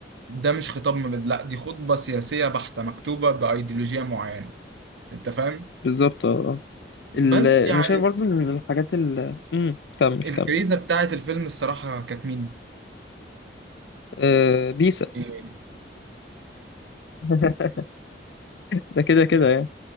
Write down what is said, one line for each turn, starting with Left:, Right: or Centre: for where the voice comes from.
Right: ده مش خطاب مبادئ لا دي خطبة سياسية بحتة مكتوبة بأيديولوجية معينة انت فاهم
Left: بالظبط اه آه.
Right: بس
Left: ال-
Right: يعني
Left: انا شايف برضو إن من الحاجات ال امم كمل
Right: الكريزة
Left: كمل
Right: بتاعت الفيلم الصراحة كانت مين
Left: آه بيسا
Right: <laughs>
Left: <laughs> ده كده كده يعني